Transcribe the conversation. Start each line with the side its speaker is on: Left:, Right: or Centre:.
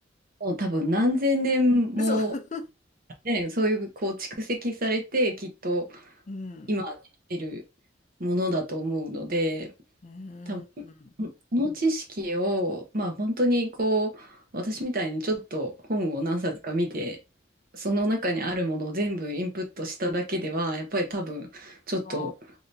Right: もう多分何千年も、
Left: そう。
Right: ね、そういう、こう、蓄積されて、きっと、
Left: うん。
Right: 今生きてるものだと思うので、
Left: うーん。
Right: 多分、この知識を、まあ、本当に、こう、私みたいにちょっと本を何冊か見て、その中にあるものを全部インプットしただけでは、やっぱり多分、ちょっと、
Left: あ